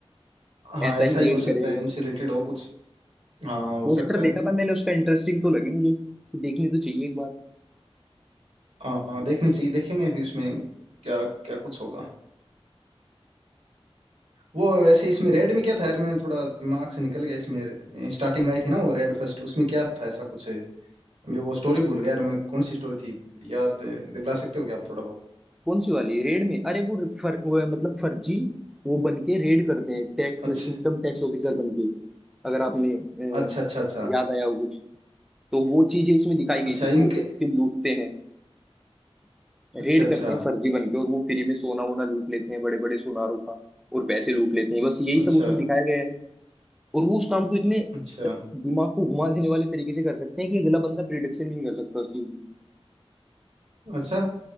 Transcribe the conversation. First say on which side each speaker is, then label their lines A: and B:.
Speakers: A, on the right; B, in the centre.
A: हाँ
B: ऐसा
A: ऐसा
B: ही
A: ही
B: रेड
A: हो सकता
B: करेंगे
A: है उनसे रिलेटेड हो कुछ हाँ हो
B: पोस्टर
A: सकता
B: देखा
A: है
B: था मैंने उसका इंटरेस्टिंग तो लगी मुझे देखनी तो चाहिए एक बार
A: हाँ देखनी चाहिए देखेंगे फिर उसमें क्या क्या कुछ होगा वो वैसे इसमें रेड में क्या था यार मैं थोड़ा दिमाग से निकल गया इसमें स्टार्टिंग में आई थी ना वो रेड फर्स्ट उसमें क्या था ऐसा कुछ है? मैं वो स्टोरी भूल गया यार मैं कौन सी स्टोरी थी याद दिला सकते हो क्या आप थोड़ा बहुत
B: कौन सी वाली रेड में अरे वो फर, वो है, मतलब फर्जी वो बन के रेड करते हैं टैक्स
A: अच्छा
B: इनकम टैक्स ऑफिसर बन के अगर आपने अ,
A: अच्छा अच्छा अच्छा
B: याद आया हो कुछ तो वो चीजें उसमें दिखाई गई
A: अच्छा
B: थी
A: इनके
B: वो फिर लूटते हैं
A: अच्छा
B: रेड
A: अच्छा
B: करते हैं फर्जी बन के और वो फ्री में सोना वोना लूट लेते हैं बड़े बड़े सुनारों का और पैसे लूट लेते हैं बस यही
A: अच्छा
B: सब उसमें दिखाया गया है और वो उस काम को इतने
A: अच्छा
B: दिमाग को घुमा देने वाले तरीके से कर सकते हैं कि अगला बंदा प्रिडिक्शन नहीं कर सकता उस चीज की
A: अच्छा